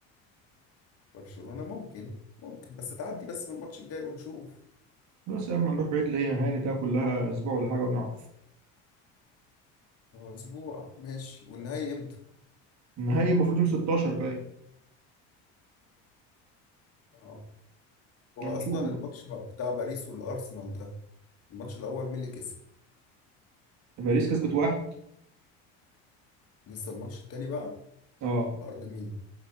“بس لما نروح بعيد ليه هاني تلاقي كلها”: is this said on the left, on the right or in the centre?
Right